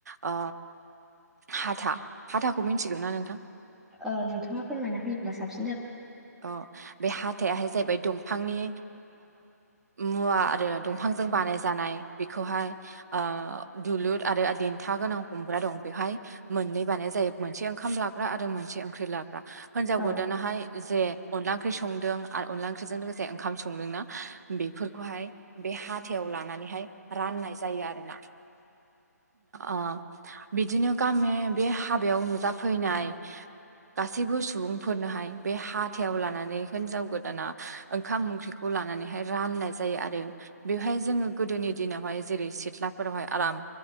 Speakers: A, on the right; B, in the centre.
A: ओ हाथा हाथाखौ मिथिगोना नोंथां।
B: ओ नोंथाङा फोरमायना होयोब्ला साबसिन जागौ।
A: औ बे हाथाइाहाय जाहैबाय दं। फांनि मुवा आरो दंफांजों बानाय जानाय बेखौहाय ओ। ओ दुलुर आरो देन्था गोनां हमग्रा दं बेवहाय मोननै बानाय जायो मोनसे ओंखाम लाग्रा। आरो मोनसे ओंख्रि लाग्रा हिनजाव
B: औ
A: गोदानाहाय जे। अनला ओंख्रि संदों आरो अनला ओंख्रिजों लोगोसे ओंखाम संदों ना बेफोरखौहाय बे हाथायाव। लनानै राननाय जायो आरोना। ओ बिदिनो गामि बे हाबायाव नुजाफैनाय। गासैबो सुबुंफोरनोहाय बे हा। हाथायाव लानानै हिनजाव गोदाना ओंखाम ओंख्रिखौ लानानैहाय राननाय जायो आरो बेहाय। जोङो गोदोनि दिनावहाय जेरै सिथ्लाफोरावहाय आराम